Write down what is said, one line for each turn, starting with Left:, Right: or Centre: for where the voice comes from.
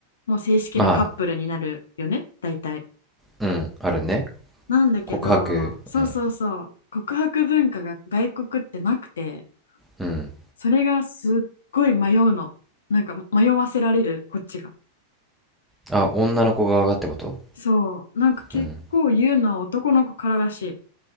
Left: もう正式なカップルになるよね、
Centre: まあ
Left: 大体。
Centre: うんあるね
Left: なんだけど、
Centre: 告白うん
Left: そうそうそう、告白文化が外国ってなくて、
Centre: うん
Left: それがすっごい迷うの。なんか迷わせられる、こっちが。
Centre: あ女の子側がってこと
Left: そう、なんか結構言うのは男の子かららしい。
Centre: うん